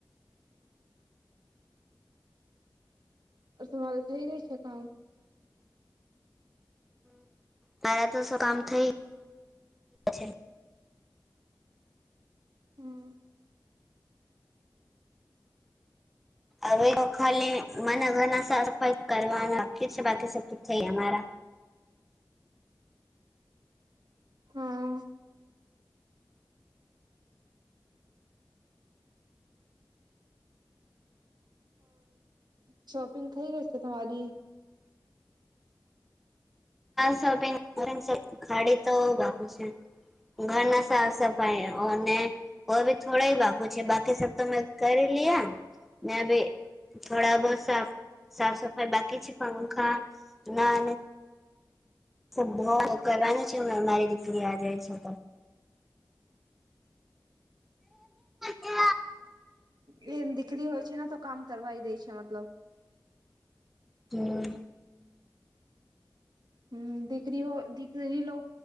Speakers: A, on the right; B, in the centre.
A: તમારે થઇ ગઈ છે કામ
B: મારા તો શું કામ થઈ છે
A: હમ
B: અવે તો ખાલી મને ઘર સાફ સફાઈ કરવાનું બાકી છે બાકી સબ થઈ ગયા મારા
A: હા શોપિંગ થઈ ગઈ છે તમારી
B: સા <inaudible> <inaudible> ખાડી તો બા છે ઘરના સાફ સફાઈ અને ઓ હવે થોડા વાાગો બાકી સ તો મેં કરી લયા ને ભી થોડા બહ સાફ સાફ સફાઈ બાકી છે પણખા ના કરવાનું છે મારી દીકરી આ જઈ છે તો
A: હ એમ દીકરી હોય છે ને તો કામ કરવાઈ દે છે મતલબ
B: હમ
A: હમ દીકરી હો દીકરી લો